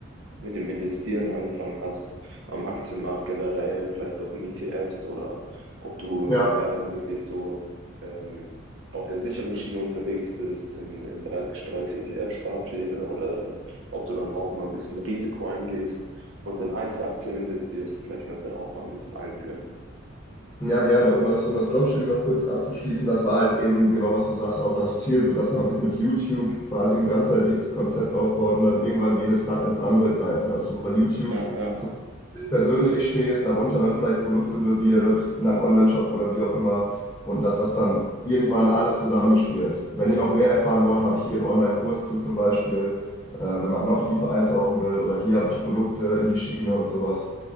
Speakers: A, on the right; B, on the left.
A: mit dem Investieren angefangen hast, am Aktienmarkt generell, vielleicht auch in ETFs oder ob du
B: Ja,
A: mehr dann wirklich so ähm, auf der sicheren Schiene unterwegs bist, in, in breit gestreute ETF-Sparpläne oder ob du dann auch mal ein bisschen Risiko eingehst und in Einzelaktien investierst, vielleicht kannst du da auch mal ein bisschen einführen.
B: ja, gerne. Um das, um das Dropshipping noch kurz abzuschließen, das war halt eben genau, was du sagst, auch das Ziel, so dass man sich mit YouTube quasi ein ganzheitliches Konzept aufbaut und dann irgendwann jedes Rad ins andere greift. Und dass du bei YouTube
A: Ja, ja,
B: dich persönlich stehst, darunter dann vielleicht Produkte bewirbst, in einem Onlineshop oder wie auch immer. Und dass das dann irgendwann alles zusammenspielt. Wenn ihr noch mehr erfahren wollt, habe ich hier einen Online-Kurs zu zum Beispiel, äh, wenn man noch tiefer eintauchen will. Oder hier habe ich Produkte in die Schiene und sowas.